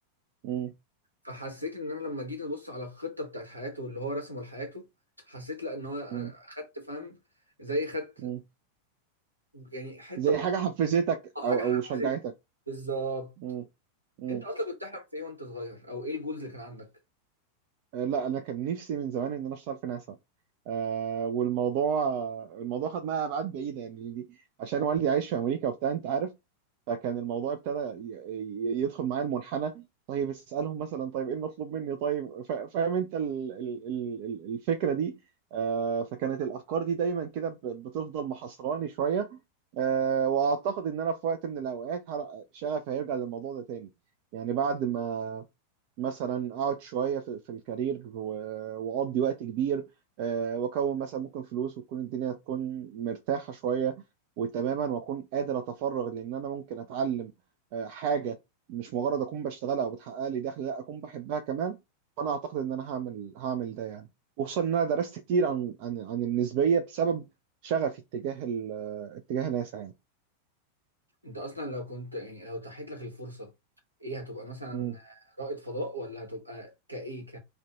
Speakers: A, on the right (about 45°); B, on the right (about 80°).
A: مم.
B: فحسيت ان انا لما جيت ابص على الخطه بتاعت حياته اللي هو رسمه لحياته حسيت لا ان هو آه،
A: مم.
B: خدت فاهم زي خدت
A: مم.
B: يعني حته
A: زي حاجة حفزتك
B: بسيطة،
A: أو
B: حاجه حفزيه
A: أو شجعتك
B: بالظبط
A: مم. مم.
B: انت اصلا كنت تحلم في ايه وانت صغير او ايه الجولز اللي كان عندك
A: آه، لا أنا كان نفسي من زمان إن أنا أشتغل في ناسا آه والموضوع الموضوع خد معايا أبعاد بعيدة يعني دي- عشان والدي عايش في أمريكا وبتاع أنت عارف فكان الموضوع ابتدى ي- ي- يدخل معايا المنحنى طيب اسألهم مثلا طيب ايه المطلوب مني طيب فا- فاهم انت ال- ال- ال- ال- الفكرة دي آه، فكانت الافكار دي دايما كده ب- بتفضل محصراني شوية آه، واعتقد ان انا في وقت من الاوقات هر- شغفي هيرجع للموضوع ده تاني يعني بعد ما مثلا اقعد شويه في, في الكارير و- واقضي وقت كبير آه، واكون مثلا ممكن فلوس وتكون الدنيا تكون مرتاحه شويه وتماما واكون قادر اتفرغ لان انا ممكن اتعلم آه، حاجه مش مجرد اكون بشتغلها وبتحقق لي دخل لا اكون بحبها كمان فانا اعتقد ان انا هعمل هعمل ده يعني وخصوصا ان انا درست كتير عن عن عن النسبيه بسبب شغفي اتجاه ال- اتجاه ناسا
B: انت اصلا لو كنت يعني لو تحت لك الفرصه ايه هتبقى مثلا
A: يعني
B: رائد فضاء ولا هتبقى كايه